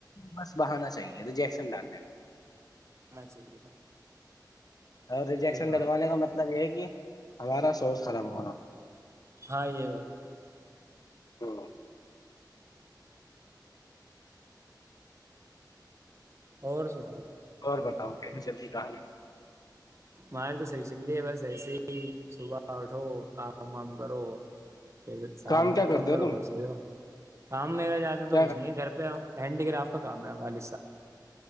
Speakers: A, on the left; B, on the right.
A: بس بہانا چاہیے <unintelligible> اور
B: چاہیے
A: ریجیکشن
B: یہ بات
A: ڈلوانے کا مطلب یہ ہے کہ ہمارا سورس خراب ہو رہا
B: ہاں یہ بات ہے
A: ہاں
B: اور سناؤ
A: اور بتاؤ <inaudible>
B: ماہر تو صحیح چل رہی ہے بس ایسے ہی صبح اٹھو کام وام کرو پھر شام
A: کام
B: تک
A: کیا
B: کم
A: کرتے
B: کرو
A: ہو تم
B: تو سو کام میرا جاتے
A: کیا
B: تو کچھ نہیں ہے گھر پہ آؤ ہینڈی کرراف کام ہے وال